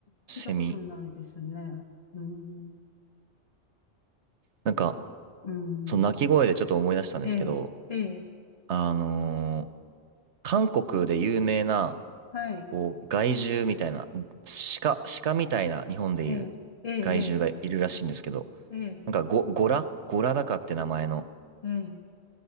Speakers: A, on the left (about 35°); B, on the right (about 75°).
A: 聞いたことないですね。
B: セミ。
A: うん、
B: なんか、
A: うん、
B: その鳴き声でちょっと思い出したんですけど、
A: ええ、ええ、
B: あのー韓国で有名な、
A: はい、
B: こう、害獣みたいな、鹿、鹿みたいな日本でいう
A: ええ、ええ、
B: 害獣がいるらしいんですけど、
A: ええ、ええ、
B: なんかゴ、ゴラゴラダカって名前の。
A: ええ、